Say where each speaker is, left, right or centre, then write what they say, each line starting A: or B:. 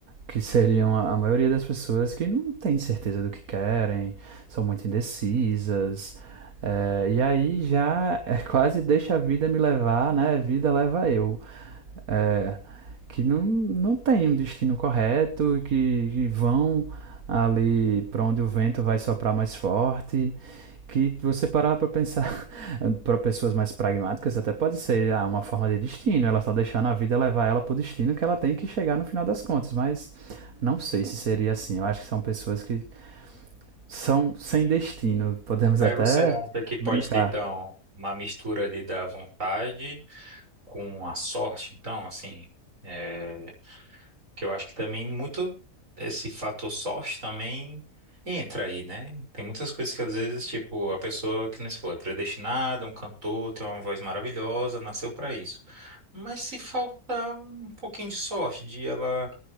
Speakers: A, on the right (about 85°); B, on the right (about 65°).
A: que seriam a a maioria das pessoas que não tem certeza do que querem, são muito indecisas. é, e aí já é quase deixa a vida me levar, né? Vida leva eu. É, que não, não tem um destino correto, que, que vão ali para onde o vento vai soprar mais forte. Que você parar para pensar, <laughs> para pessoas mais pragmáticas, até pode ser ah, uma forma de destino, ela está deixando a vida levar ela para o destino que ela tem que chegar no final das contas, mas não sei se seria assim. Eu acho que são pessoas que são sem destino, podemos
B: Mas
A: até
B: você acha que pode
A: brincar.
B: ter, então, uma mistura ali da vontade com a sorte, então, assim, É, Que eu acho que também muito esse fator sorte também entra aí, né? Tem muitas coisas que às vezes, tipo, a pessoa que nem se falou, é predestinada, um cantor, tem uma voz maravilhosa, nasceu pra isso. Mas se faltar um pouquinho de sorte, de ela